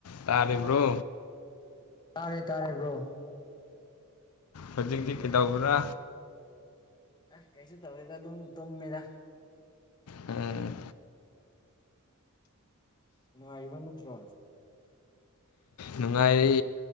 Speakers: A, on the left; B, on the left.
A: ꯇꯥꯔꯤꯕ꯭ꯔꯣ
B: ꯇꯥꯔꯦ ꯇꯥꯔꯦ ꯕ꯭ꯔꯣ
A: ꯍꯧꯖꯤꯛꯇꯤ
B: ꯀꯩꯗꯧꯔꯤꯒꯦ
A: ꯀꯩꯗꯧꯕ꯭ꯔꯥ
B: ꯑ ꯀꯩꯁꯨ ꯇꯧꯗꯦꯗ ꯑꯗꯨꯝ ꯇꯨꯝꯃꯦꯗ
A: ꯎꯝ
B: ꯅꯨꯡꯉꯥꯏꯔꯤꯕ ꯅꯠꯇ꯭ꯔꯣ
A: ꯅꯨꯡꯉꯥꯏꯔꯤ